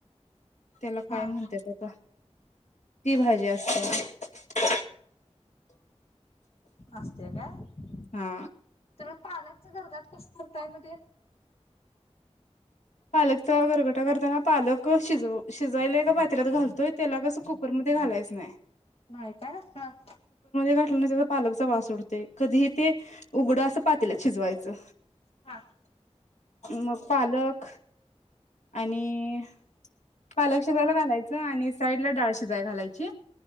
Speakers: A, on the left; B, on the left.
A: त्याला काय
B: हा
A: म्हणत्यात <unintelligible> <inaudible> ती भाजी असत्या <inaudible>
B: असत्या काय
A: हा
B: तुला पालक - च गरगाट कस करताय मग ते
A: पालक च गरगट करताना पालक शिजव शिजायला की <unintelligible> त तेला कसं कुकरम ते घालायच नाय
B: बायका <unintelligible>
A: घातलं पालकचा वास उडतय कधीही ते उघडं असं पातीलात शिजवायचं
B: हा
A: मग पालक आणि पालक शिजायला घालायचं आणि साईड ला डाळ शिजायला घालायची